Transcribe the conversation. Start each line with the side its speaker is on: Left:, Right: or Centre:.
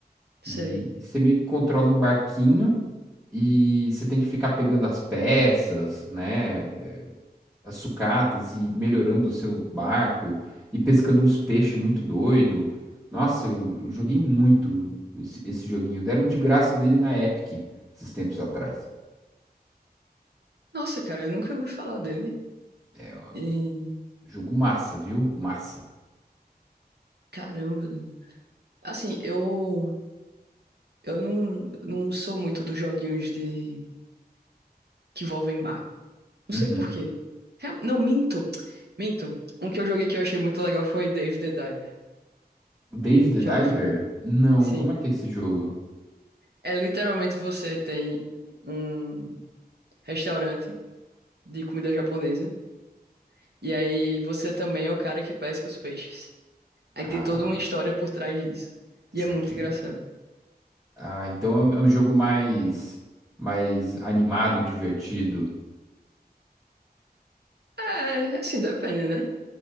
Right: sei.
Centre: E você meio que controla um barquinho. E você tem que ficar pegando as peças, né, as sucatas e melhorando o seu barco e pescando uns peixes muito doido. Nossa, eu, eu joguei muito esse, esse joguinho. Deram de graça nele na Epic esses tempos atrás.
Right: Nossa, cara, eu nunca ouvi falar dele.
Centre: É,
Right: E,
Centre: jogo massa, viu? Massa.
Right: caramba. né? Assim, eu eu não, não sou muito dos joguinhos de que envolvem mar. Não
Centre: Uhum.
Right: sei por quê. Real- Não, minto. Minto. Um que eu joguei que eu achei muito legal foi Dave the Diver.
Centre: Dave the
Right: Já
Centre: Diver?
Right: ouvi falar?
Centre: Não,
Right: Sim.
Centre: como é que é esse jogo?
Right: É literalmente você tem um restaurante de comida japonesa. E aí você também é o cara que pesca os peixes. Aí
Centre: Ah,
Right: tem toda uma história por trás disso. E
Centre: saquei.
Right: é muito engraçado.
Centre: Ah, então é é um jogo mais mais animado, divertido.
Right: É, assim, depende, né?